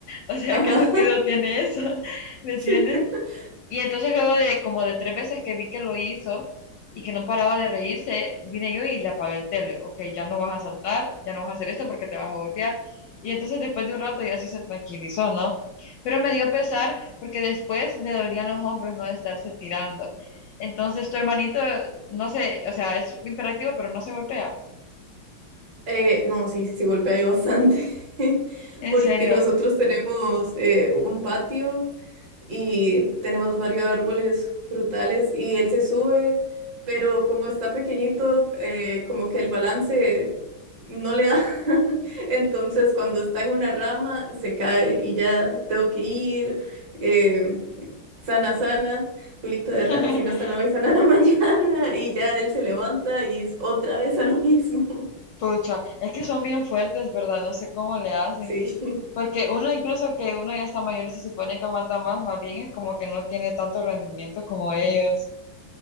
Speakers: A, on the left (about 75°); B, on the right (about 60°).
A: O sea,
B: <laughs> ajá.
A: ¿qué sentido tiene eso? <laughs> ¿Me entiendes?
B: <laughs>
A: Y entonces luego de como de tres veces que vi que lo hizo y que no paraba de reírse, vine yo y le apagué el tele. Ok, ya no vas a saltar, ya no vas a hacer esto porque te vas a golpear. Y entonces después de un rato ya sí se tranquilizó, ¿no? Pero me dio pesar porque después le dolían los hombros, ¿no? De estarse tirando. Entonces tu hermanito, no sé, o sea, es imperativo, pero no se golpea.
B: Eh, no, sí, sí, se golpea ahí bastante, <laughs>
A: En
B: porque
A: serio.
B: nosotros tenemos eh, un patio y tenemos varios árboles frutales y él se sube, pero como está pequeñito, eh, como que el balance no le da. <laughs> Entonces cuando está en una rama se cae y ya tengo que ir. em, sana, sana, culito de
A: <laughs>
B: rana, si no sana hoy, sanará <laughs> mañana. Y ya él se levanta y es otra vez a lo mismo.
A: Pucha, es que son bien fuertes, ¿verdad? No sé cómo le hacen.
B: <laughs> Sí,
A: Porque uno incluso que uno ya está mayor y se supone que aguanta más, más bien es como que no tiene tanto rendimiento como ellos.